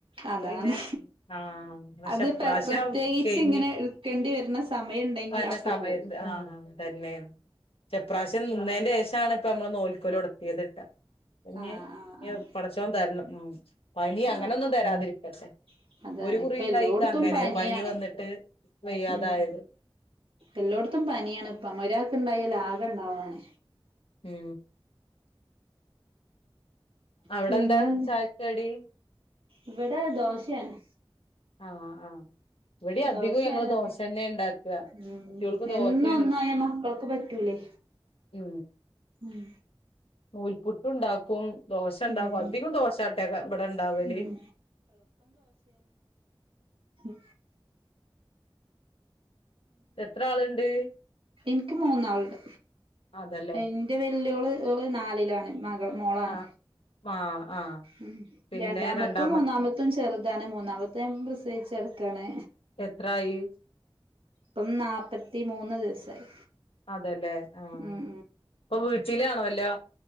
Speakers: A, on the left (about 80°); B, on the right (about 70°).
A: അപ്പ
B: അതാണ്
A: പിന്നെ ആ പക്ഷെ
B: അത്
A: ഇപ്രാവശ്യം
B: പെ പ്രത്യേകിച്ച്
A: <unintelligible>
B: ഇങ്ങനെ ഇട്ക്കേണ്ടി വരുന്ന സമയണ്ടെങ്കി
A: വന്ന
B: അപ്പ
A: സമയത്ത്
B: പോകും.
A: ആ തന്നെ ഇപ്രാശ്യം നിന്നേ- ദേശാണ് ഇപ്പ നമ്മള് നോൽക്കോലൊടത്തിയത് ട്ടോ പിന്നെ
B: ആഹ് ആഹ് ആഹ്
A: പടച്ചോൻ തരണം. പനി അങ്ങനെ
B: ആഹ്
A: ഒന്നും തരാതിരിക്കട്ടെ.
B: ആഹ് അതാണ്
A: ഒരു കുറിണ്ടായിക്കങ്ങനെ
B: ഇപ്പ എല്ലോട്ത്തും പനിയാണ്.
A: പനി വന്നിട്ട് വയ്യാതായത്.
B: ഉം എല്ലോട്ത്തും പനിയാണ് ഇപ്പ ഒരാക്ക് ഇണ്ടായാല് ആകെ ണ്ടാവാണ്
A: ഉം അവിടെ
B: പിന്നെന്ത്
A: എന്താ ചായക്കടി
B: ഇവിടെ ദോശേണ്.
A: ആഹ് ആഹ് ഇവിടെ അധികം
B: ദോശയാണ്
A: ഞങ്ങള് ദോശ തന്നെ ഉണ്ടാക്കുക
B: ഉം
A: കുട്ടികൾക്ക് ദോശയാണ്
B: എന്നും ഒന്നായ മക്കൾ- പറ്റൂലേ
A: മ്
B: ഉം
A: നൂൽപുട്ട് ഉണ്ടാക്കും. ദോശ ഇണ്ടാവും
B: ഉം
A: അധികം ദോശാട്ടെ ഇവിടെ ഇണ്ടാവല്.
B: ഉം ഉ
A: എത്ര ആളുണ്ട്?
B: ൻക്ക് മൂന്നാള്ണ്ട്.
A: അതല്ലേ
B: ന്റെ വെല്യോള് നാലിലാണ് മക- മോളാണ്
A: ആഹ് ആഹ് ആഹ്
B: ഉം
A: പിന്നെ
B: രണ്ടാമത്തും
A: രണ്ടാമത്തെ
B: മൂന്നാമത്തും ചെറുതാണ് മൂന്നാമത്തെ ഞ പ്രസ- തെര്ക്കാണ്
A: എത്രായി.
B: ഇപ്പം നാല്പ്പത്തി മൂന്ന് ദിവസായി.
A: അതെല്ലേ ആ
B: ഉം
A: ഇപ്പൊ വീട്ടിലാണല്ലോ